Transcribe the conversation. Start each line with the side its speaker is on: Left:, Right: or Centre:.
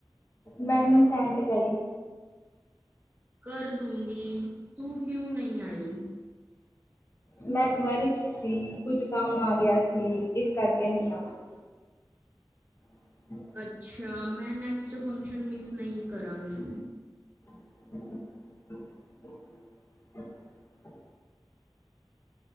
Left: ਮੈਨੂੰ ਸੈਂਡ ਕਰੀਂ।
Right: ਕਰ ਦੂਂਗੀ, ਤੂੰ ਕਿਉਂ ਨਈ ਆਈ?
Left: ਮੈਂ ਘਰ ਚ ਸੀ। ਕੁੱਛ ਕੰਮ ਆ ਗੇਆ ਸੀ। ਇਸ ਕਰਕੇ ਨੀ ਆ ਸਕ <unintelligible>
Right: ਅੱਛਾ, ਮੈਂ ਨੈਕਸਟ ਫੰਕਸ਼ਨ ਮਿਸ ਨਈ ਕਰਾਂਗੀ।
Left: <inaudible>